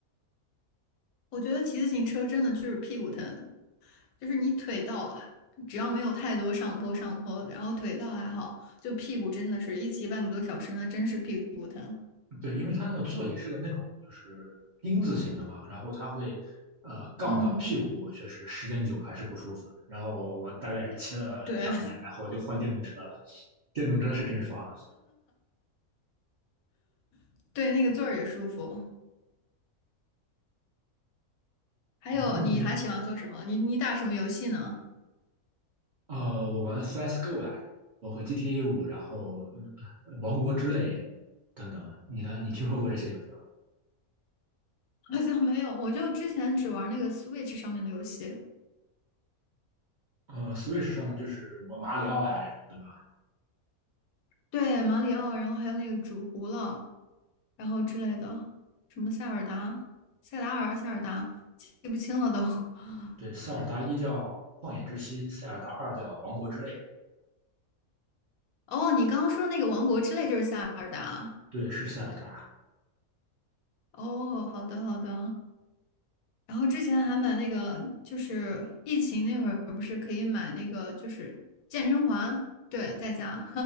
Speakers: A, on the left; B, on the right.
A: 我觉得骑自行车真的就是屁股疼，就是你腿倒，只要没有太多上坡上坡，然后腿倒还好，就屁股真的是一骑半个多小时，那真是屁股疼。
B: 对，因为它那个座椅是个那种就是丁字形的嘛，然后它会呃杠到屁股，
A: 嗯，
B: 确实时间久还是不舒服。然后我大概是骑了两年，
A: 对
B: 然后我就换电动车了。电动车是真爽。
A: <laughs> 对，那个座儿也舒服。还有，
B: 对，那你
A: 你还喜欢做什么？你你打什么游戏呢？
B: 呃，我玩 CS:GO 呀、这种，包括 GTA 五，然后呃王国之泪等等，你呢？你听说过这些游戏吗？
A: 好像没有，我就之前只玩那个 Switch 上面的游戏，
B: 呃，Switch 上就是什么马里奥呀这种，对吧？
A: 对，马里奥，然后还有那个煮糊了，然后之类的，什么塞尔达、塞达尔、塞尔达，记不清了都。<laughs>
B: 对，塞尔达一叫旷野之息，塞尔达二叫王国之泪，
A: 哦，你刚刚说那个王国之泪就是塞尔达。
B: 对，是塞尔达。
A: 哦，好的好的。然后之前还买那个，就是疫情那会儿不是可以买那个，就是健身环，对，在家。